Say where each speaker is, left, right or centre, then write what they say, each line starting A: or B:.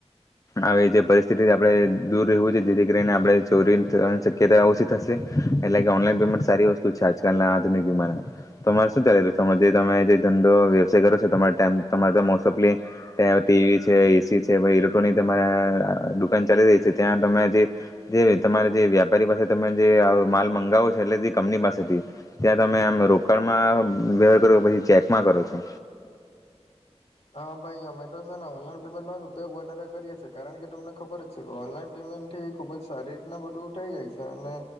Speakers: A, on the left; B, on the left.
A: આવી જે પરિસ્થિતિ આપે દૂર રહેવું છે જેથી કરીને આપણે ચોરી કે ત ઓછી થશે, એટલે કે ઓનલાઈન પેમેન્ટ સારી વસ્તુ છે આજકાલના આધુનિકમા, તમારે શું ચાલી રહ્યું છે જે તમે જે ધંધો વ્યવસાય કરો છો તમા તમારે મોફલી તં ટીવી છે એસી છે ઇલેક્ટ્રોનિક તમારા દુકાન ચાલી રહી છે, ત્યાં તમે જે તમારે જે્યા વારી પાસે તમે જે માલ મંગાવો છો એટલે જે કંપની પાસેથી, ત્યાં તમે આમ રોકાણમાં વવાર કરો છ પછી ચેકમાં કરો છો?
B: હા ભાઈ ઝોમેટો છે ને ઓનલાઈન પેમેન્ટનો જ ઉપયોગ વધારે કરીએ છીએ કારણ કે તમને ખબર જ છે કે ઓનલાઈન પેમેન્ટ થી ખૂબ જ સારી રીતના બધું થઈ જાય છે, અને